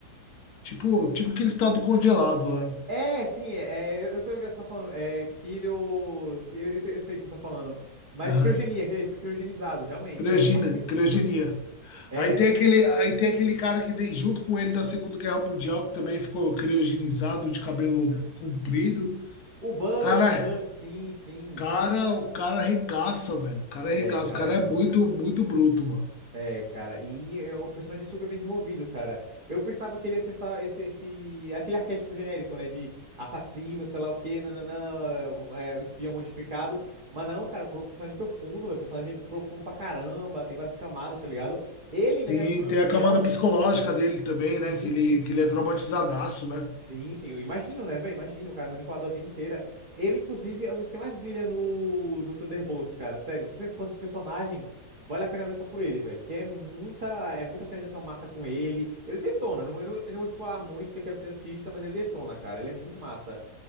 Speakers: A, on the left (about 70°); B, on the right (about 70°).
A: Tipo, tipo aquele estado congelado lá.
B: É, sim, é, é, eu eu tô ligado o que você tá falando. É Kiro. que- Eu, eu, eu sei o que você tá falando. Mas
A: Aham.
B: é criogenia, que ele foi criogenizado, realmente.
A: Criogenia,
B: É basicamente
A: criogenia.
B: isso. É.
A: Aí tem aquele, aí tem aquele cara que veio junto com ele da Segunda Guerra Mundial, que também ficou criogenizado, de cabelo comprido.
B: O Buck,
A: Cara,
B: o Buck, sim, sim.
A: cara, o cara arregaça, velho. O cara arregaça.
B: É, o cara
A: O cara
B: é bruto.
A: é muito, muito bruto, mano.
B: É, cara. E é um personagem super bem desenvolvido, cara. Eu pensava que ele ia ser essa- esse, esse, aquele arquétipo genérico, né? De assassino, sei lá o quê, nananã, é, é, um espião modificado. Mas não, cara, pro- personagem é profundo, velho. Personagem profundo pra caramba, tem várias camadas, tá ligado? Ele, na
A: Sim,
B: minha, na minha
A: tem
B: opinião.
A: a camada psicológica dele também,
B: Sim,
A: né? Que ele,
B: sim.
A: que ele é traumatizadaço, né?
B: Sim, sim. Eu imagino, né, velho? Imagino, o cara é manipulado a vida inteira. Ele, inclusive, é um dos que mais brilha no, no Thunderbolts, cara. Sério, se você é fã desse personagem, vale a pena ver só por ele, velho. Porque é muita, é muita cena de ação massa com ele. Ele detona. não- Eu não, eu não vou spoiler muito que eu quero que você assista, mas ele detona, cara. Ele é muito massa.